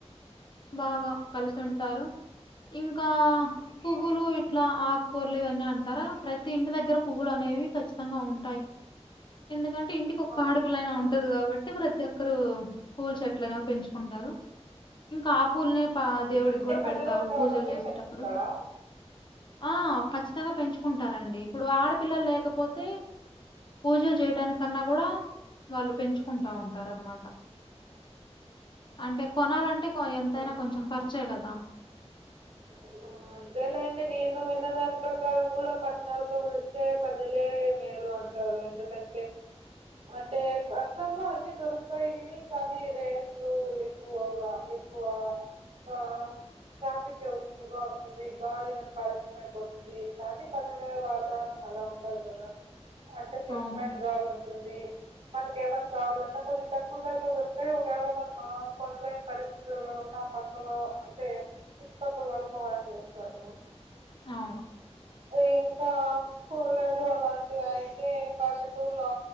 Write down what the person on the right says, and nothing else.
ఆ.
ఆ!
అంటే
పల్లెలో
ఉండే
వాళ్ళందరూ
పెంచుకుంటారా?
హ్మ్.
<inaudible> అంతేలేండి నేను విన్నదాని ప్రకారం గూడా పట్నాలతో పోలిస్తే పల్లెలే మే. ఇగ అంటారు ఎందుకంటే. అంటే పట్నంలో అన్ని దొరుకుతాయిని కానీ రేట్లు ఎక్కువగా. ఎక్కువ ట్ర ట్రాఫిక్. ఉక్కుగా ఉంటుంది గాలిమో కాలుష్యం అయిపోతుంది కానీ పల్లెలో వాతావరణం అలా ఉండదు. గద అంటే స్వచ్ఛమైన
గాలి ఉంటుంది మనక ఏమన్నా కావాలన్నా కొంచం తక్కువ ధరలో దొరుకుతాయి ఒకవేళ మనం మ కొనలేని పరిస్థితులలో. ఆ తక్కువ అంటే. చుట్టుపక్కల వాళ్ళు సహాయం జేస్తారు
ఏ. తక్కువగా. ఇలాంటివి అయితే పల్లెటూరులో